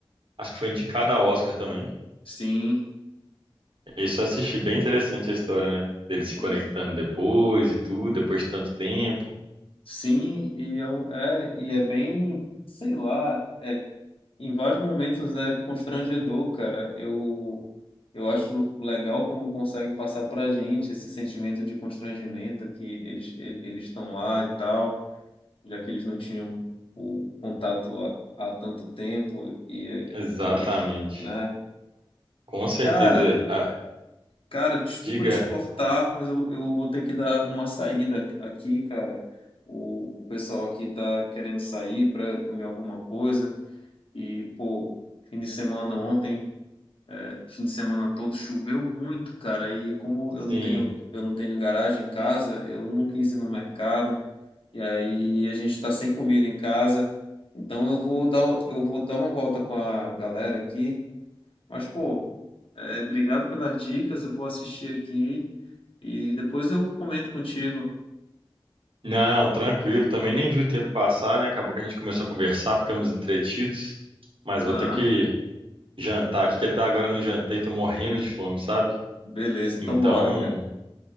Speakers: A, on the right (about 70°); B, on the left (about 75°).
A: acho que foi indicado ao Oscar também.
B: Sim,
A: Esse eu assisti, bem interessante a história, né? Dele se
B: pois.
A: conectando depois e tudo, depois de tanto tempo.
B: Sim, e é, um- é, e é bem, sei lá, é, em vários momentos é constrangedor, cara. Eu, eu acho legal como consegue passar pra gente esse sentimento de constrangimento que eles, e- eles estão lá e tal. já que eles não tinham o contato há, há tanto tempo e,
A: Exatamente.
B: e, né?
A: Com certeza.
B: Cara,
A: Ah,
B: cara, desculpa
A: diga,
B: te cortar, mas eu, eu vou ter que dar uma saída aqui, cara. O, o pessoal aqui tá querendo sair para comer alguma coisa e, pô, fim de semana ontem, é, fim de semana todo choveu muito, cara. E como eu não
A: sim.
B: tenho, eu não tenho garagem em casa, eu não quis ir no mercado. E aí a gente está sem comida em casa. Então eu vou dar, eu vou dar uma volta com a galera aqui. Mas, pô, é, obrigado pelas dicas. Eu vou assistir aqui e depois eu comento contigo.
A: Não, tranquilo. Também nem vi o tempo passar, né? Acabou que a gente começou a conversar, ficamos entretidos. Mas
B: Ah,
A: vou ter que jantar aqui, que até agora eu não jantei, tô morrendo de fome, sabe?
B: beleza. Então
A: Então,
B: bora, cara.